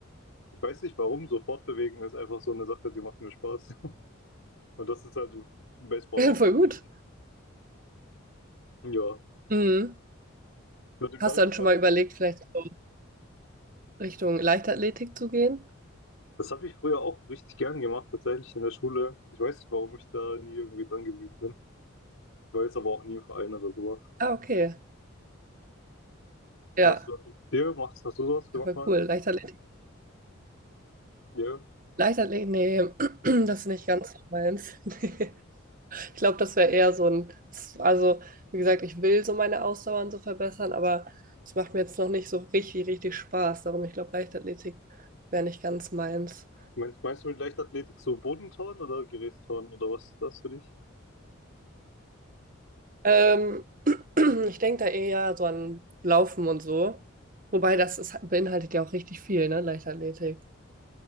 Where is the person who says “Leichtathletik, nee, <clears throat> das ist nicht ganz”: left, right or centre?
Right